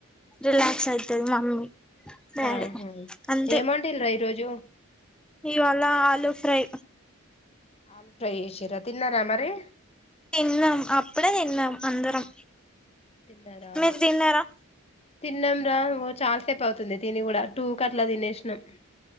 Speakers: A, in the centre; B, on the left.
A: రిలాక్స్ అయితది మమ్మీ డాడీ
B: ఆహా
A: అంతే
B: ఏం వండిల్లురా ఈరోజు
A: ఇవాళ ఆలూ ఫ్రై
B: ఆలు ఫ్రై చేసిరా తిన్నారా మరి
A: తిన్నాం అప్పుడే తిన్నాం అందరం
B: తిన్నరా
A: మీరు తిన్నారా
B: తిన్నం రా చాలా సేపు అవుతుంది తిని కూడా టూ కట్లా తినేసినము